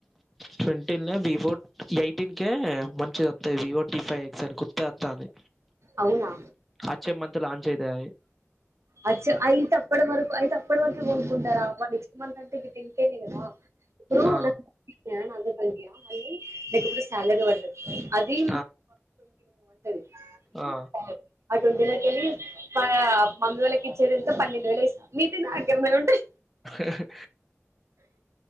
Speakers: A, in the centre; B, on the right.
A: ట్వంటీల్ల బిఫోర్ ఎయిటీన్ కే మంచిది వత్తాయి వివోటి ఫై ఎక్స్ అనుకుంటా అది
B: అవునా
A: వచ్చే మంత్ లాంచ్ అయితది అది
B: అచ్చే అయితే అప్పటి వరకు అయితే అప్పటి వరకే కొనుకుంటారా నెక్స్ట్ మంత కదా అంటే టెన్ కే నే కదా ఇప్పుడు
A: ఆ
B: మళ్ళీ నాకి ఇప్పుడు సాలరీ పడుతుది అది
A: ఆ
B: ఉమ్
A: ఆ
B: సరే ఆ ట్వంటీ లో కెళ్ళి మా మమ్మీ వాళ్ళకి ఇచ్చేద ఎంత పన్నెండు వేల ఇస్తాం మిగతాయి నాకి ఎనిమిది ఉంటాయి
A: హాహా